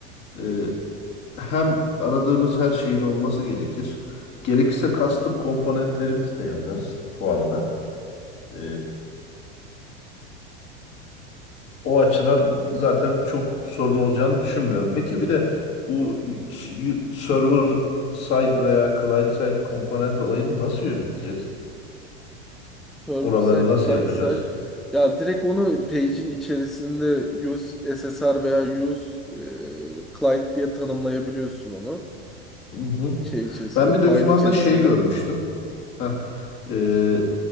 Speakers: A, on the left; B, in the centre.
A: e, hem aradığımız her şeyin olması gerekir. Gerekirse
B: Hı hı.
A: custom komponentlerimizi de yazarız bu arada. Ee, o açıdan zaten çok sorun olacağını düşünmüyorum. Peki bir de bu s- y- server side veya client side komponent olayını nasıl yöneteceğiz?
B: Server
A: Oraları
B: side,
A: nasıl
B: client
A: yapacağız?
B: side. Ya direkt onu page'in içerisinde use SSR veya use e, client diye tanımlayabiliyorsun onu.
A: Hı hı.
B: Şey içerisinde,
A: Ben bir
B: file
A: dokümanda
B: içerisinde.
A: şey görmüştüm.
B: Hı
A: Heh.
B: hı. <laughs>
A: Ee,